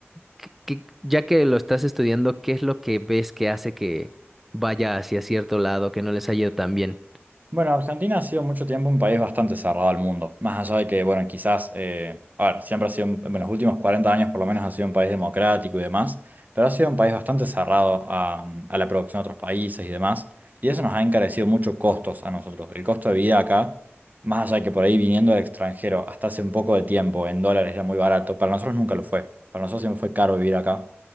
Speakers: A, in the centre; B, on the right.
A: que- que- ya que lo estás estudiando, qué es lo que ves que hace que vaya hacia cierto lado, que no les haya ido tan bien?
B: Bueno, Argentina ha sido mucho tiempo un país bastante cerrado al mundo, más allá de que, bueno, quizás, eh, a ver, siempre ha sido, un- en los últimos 40 años por lo menos ha sido un país democrático y demás, pero ha sido un país bastante cerrado a, a la producción de otros países y demás, y eso nos ha encarecido mucho costos a nosotros. El costo de vida acá, más allá de que por ahí viniendo del extranjero hasta hace un poco de tiempo en dólares era muy barato, para nosotros nunca lo fue, para nosotros siempre fue caro vivir acá,